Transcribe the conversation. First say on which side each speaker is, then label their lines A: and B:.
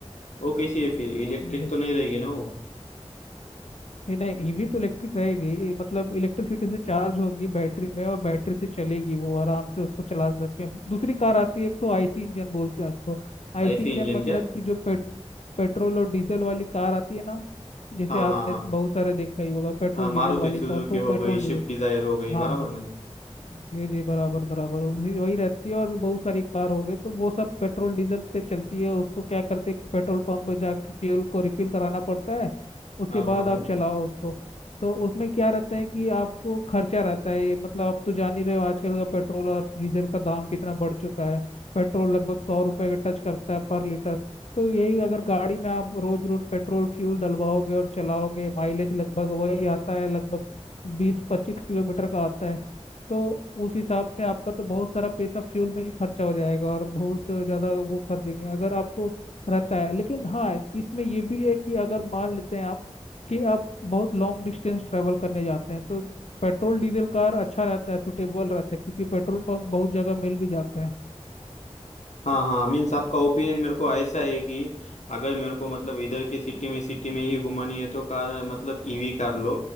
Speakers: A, on the left; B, on the left.
A: वो वो कैसी है फिर इलेक्ट्रिक
B: कार
A: तो नहीं रहेगी ना वो
B: नहीं नहीं ईवी तो इलेक्ट्रिक रहेगी मतलब इलेक्ट्रिसिटी से चार्ज होगी बैटरी में और बैटरी से चलेगी वो आराम से उसको चला सकते हैं दूसरी कार आती है एक तो आईसी इंजन बोलते हैं उसको आईसी
A: ऐसी
B: इंजन
A: इंजन
B: मतलब
A: क्या
B: कि जो पेट, पेट्रोल और डीजल वाली कार आती है ना जैसे
A: हाँ
B: आपने
A: हाँ हाँ
B: बहुत सारे देखा ही होगा पेट्रोल
A: हाँ मारुति
B: डीजल वाली
A: सुजुकी
B: कार तो
A: हो
B: पेट्रोल
A: गई स्विफ्ट
B: डीजल
A: डिजायर हो गई बराबर
B: हाँ
A: ना
B: जी जी बराबर बराबर वही वही रहती है और भी बहुत सारी कार हो गई तो वो सब पेट्रोल डीजल से चलती है उसको क्या करते हैं कि पेट्रोल पंप पे जाके फ्यूल को रिफिल कराना पड़ता है उसके
A: हाँ हाँ
B: बाद
A: हाँ
B: आप चलाओ उसको तो उसमें क्या रहता है कि आपको खर्चा रहता है ये मतलब आप तो जान ही रहे हो आजकल का पेट्रोल और डीजल का दाम कितना बढ़ चुका है पेट्रोल लगभग सौ रुपये का टच करता है पर लीटर तो यही अगर गाड़ी में आप रोज रोज पेट्रोल फ्यूल डलवाओगे और चलाओगे माइलेज लगभग वही आता है लगभग बीस पच्चीस किलोमीटर का आता है तो उस हिसाब से आपका तो बहुत सारा पैसा फ्यूल में ही खर्चा हो जाएगा और बहुत ज़्यादा वो कर देंगे अगर आपको रहता है लेकिन हाँ इसमें ये भी है कि अगर मान लेते हैं आप कि आप बहुत लॉन्ग डिस्टेंस ट्रैवल करने जाते हैं तो पेट्रोल डीजल कार अच्छा रहता है सुटेबल रहता है क्योंकि पेट्रोल पंप बहुत जगह मिल भी जाता है
A: हाँ हाँ मीन्स आपका ओपिनियन मेरे को ऐसा है कि अगर मेरे को मतलब इधर के सिटी में सिटी में ही घुमानी है तो कार मतलब ईवी कार लो